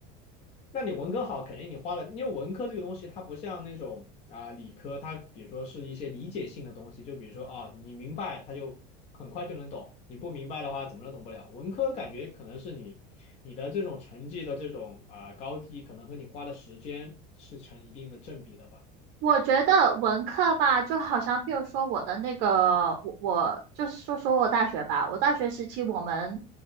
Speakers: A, on the left; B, on the right.
A: 那你文科好，肯定你花了，因为文科这个东西，它不像那种啊、理科，它比如说是一些理解性的东西，就比如说啊，你明白它就很快就能懂，你不明白的话怎么都懂不了。文科感觉可能是你你的这种成绩的这种啊、高低，可能和你花的时间是成一定的正比的吧。
B: 我觉得文科吧，就好像譬如说我的那个，我我就说说我大学吧，我大学时期我们